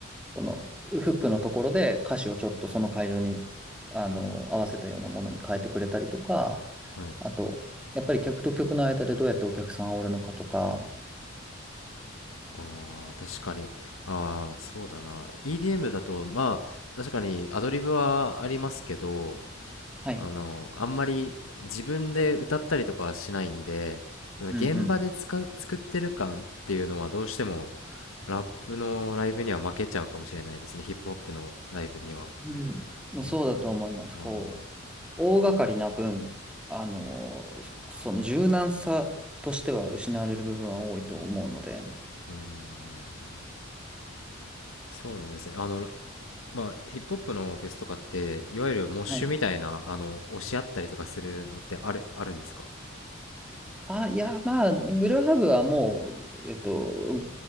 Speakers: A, in the centre; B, on the left.
A: その、フックのところで歌詞をちょっとその会場に、あの、合わせたようなものに変えてくれたりとか、
B: はい。
A: あと、やっぱり客と客の間でどうやってお客さんを煽るのかとか、
B: ああ、確かに。ああ、そうだな。EDM だと、まあ、確かにアドリブはありますけど、
A: はい。
B: あの、あんまり自分で歌ったりとかはしないんで、その現場でつか作ってる感っていうのはどうしても
A: うんうん。
B: ラップのライブには負けちゃうかもしれないですね。ヒップホップのライブには。
A: うんまあそうだと思います。
B: うーん。あ
A: こう、大掛かりな分、あの、そその柔軟さとしては失われる部分は多いと思うので、
B: ーうーん。そうなんですね。あの、まあ、ヒップホップのフェスとかって、いわゆるモッシュみたいな、
A: はい。
B: あの、押し合ったりとかするのってある、あるんですか
A: あ、いや、まあ、ブルーハーブはもう、えっと、